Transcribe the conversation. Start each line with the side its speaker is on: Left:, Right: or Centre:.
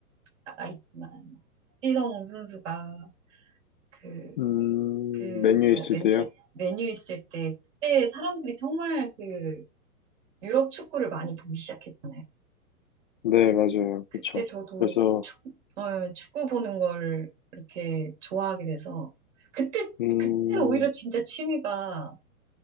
Right: 나가 있지만, 박지성 선수가 그,
Left: 음,
Right: 그,
Left: 메뉴
Right: 뭐,
Left: 있을
Right: 맨체,
Left: 때요?
Right: 메뉴 있을 때, 그때 사람들이 정말 그, 유럽 축구를 많이 보기 시작했잖아요.
Left: 네, 맞아요.
Right: 그때
Left: 그쵸.
Right: 저도
Left: 그래서,
Right: 축, 어, 축구 보는 걸 이렇게 좋아하게 돼서, 그때,
Left: 음,
Right: 그때는 오히려 진짜 취미가